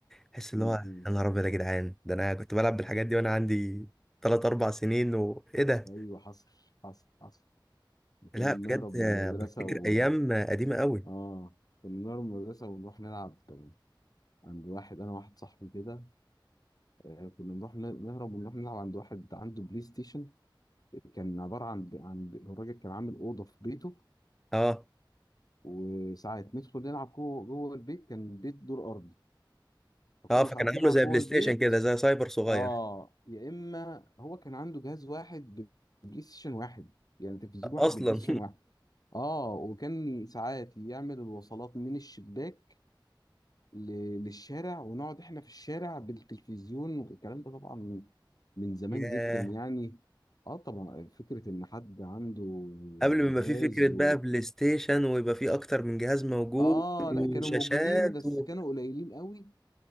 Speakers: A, in the centre; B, on the left (about 50°).
A: تحس
B: امم
A: اللي هو يا نهار ابيض يا جدعان ده انا كنت بلعب بالحاجات دي وانا عندي ثلاث اربع سنين وايه ده
B: ايوه حصل حصل حصل كنا
A: لا
B: بنهرب
A: بجد آه،
B: من المدرسه
A: بفتكر
B: و
A: ايام آه، قديمه قوي
B: اه كنا بنهرب من المدرسه ونروح نلعب عند واحد انا واحد صاحبي كده آه كنا بنروح ن- نهرب ونروح نلعب عند واحد عنده بلاي ستيشن كان عباره عن ب... عن ب... الراجل كان عامل اوضه في بيته
A: اه
B: وساعات ندخل نلعب جوه جوه البيت كان البيت دور ارضي فكنا
A: اه فكان
B: ساعات
A: عامله
B: نلعب
A: زي
B: جوه
A: بلاي
B: البيت
A: ستيشن كده زي سايبر صغير
B: اه يا اما هو كان عنده جهاز واحد ببلاي ستيشن واحد يعني تلفزيون واحد
A: اصلا
B: ببلاي ستيشن واحد اه وكان ساعات يعمل الوصلات من الشباك ل- للشارع ونقعد احنا في الشارع بالتلفزيون والكلام ده طبعا من من زمان
A: <laughs> ياه
B: جدا يعني اه طبعا فكرة ان حد عنده
A: قبل
B: جهاز
A: ما يبقى في فكره بقى
B: و...
A: بلاي ستيشن ويبقى في اكتر من جهاز موجود
B: اه
A: وشاشات
B: لا كانوا موجودين بس
A: و...
B: كانوا قليلين قوي